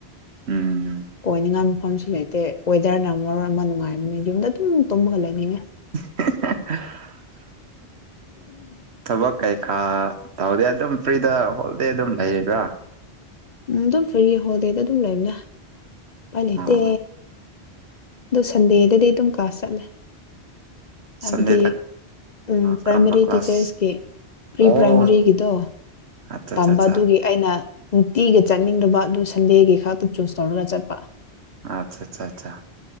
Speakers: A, on the right; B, on the left.
A: ꯎꯝ
B: ꯀꯣꯏꯅꯤꯡꯉꯥꯏ ꯃꯐꯝꯁꯨ ꯂꯩꯇꯦ ꯋꯦꯗꯔꯅ ꯃꯔꯣꯟ ꯑꯃ ꯅꯨꯡꯉꯥꯏꯕꯅꯦ ꯌꯨꯝꯗ ꯑꯗꯨꯝ ꯇꯨꯝꯃꯒ ꯂꯩꯅꯤꯡꯉꯦ
A: ꯍ ꯍ ꯍ ꯊꯕꯛ ꯀꯩꯀꯥ ꯇꯧꯗꯦ ꯑꯗꯨꯝ ꯐ꯭ꯔꯤꯗꯥ ꯍꯣꯜꯗꯦ ꯑꯗꯨꯝ ꯂꯩꯕ꯭ꯔꯥ
B: ꯎꯝ ꯑꯗꯨꯝ ꯐ꯭ꯔꯤꯌꯦ ꯍꯣꯜꯗꯦꯗ ꯑꯗꯨꯝ ꯂꯩꯕꯅꯦ ꯎꯄꯥꯏ ꯂꯩꯇꯦ
A: ꯑꯣ
B: ꯑꯗꯨ ꯁꯟꯗꯦꯗꯗꯤ ꯑꯗꯨꯝ ꯀ꯭ꯂꯥꯁ ꯆꯠꯂꯦ ꯍꯥꯏꯕꯗꯤ
A: ꯁꯟꯗꯦꯗ
B: ꯎꯝ ꯄ꯭ꯔꯥꯏꯃꯔꯤ
A: ꯀꯔꯝꯕ ꯀ꯭ꯂꯥꯁ
B: ꯇꯤꯆꯔꯁꯀꯤ ꯄ꯭ꯔꯤ
A: ꯑꯣ
B: ꯄ꯭ꯔꯥꯏꯃꯔꯤꯒꯤꯗꯣ
A: ꯑꯠꯆꯥ
B: ꯇꯝꯕ
A: ꯑꯠꯆꯥ ꯑꯠꯆꯥ
B: ꯑꯗꯨꯒꯤ ꯑꯩꯅꯥ ꯅꯨꯡꯇꯤꯒꯤ ꯆꯠꯅꯤꯡꯗꯕꯥ ꯑꯗꯨ ꯁꯟꯗꯦꯒꯤ ꯈꯥꯛꯇ ꯆꯨꯁ ꯇꯧꯔꯒ ꯆꯠꯄ
A: ꯑꯆꯥ ꯆꯥ ꯆꯥ